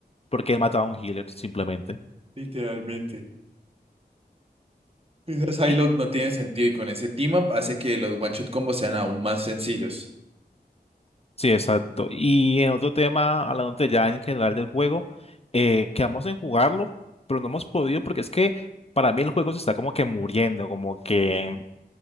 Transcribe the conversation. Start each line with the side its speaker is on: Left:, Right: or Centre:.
Left: porque él mataba a un healer simplemente.
Right: Literalmente. Esa Psylocke
Left: Y,
Right: no tiene sentido y con ese team up hace que los one-shot combos sean aún más sencillos.
Left: sí, exacto. Y en otro tema, hablando ya en general del juego, eh, quedamos en jugarlo, pero no hemos podido porque es que para mí el juego se está como que muriendo, como que.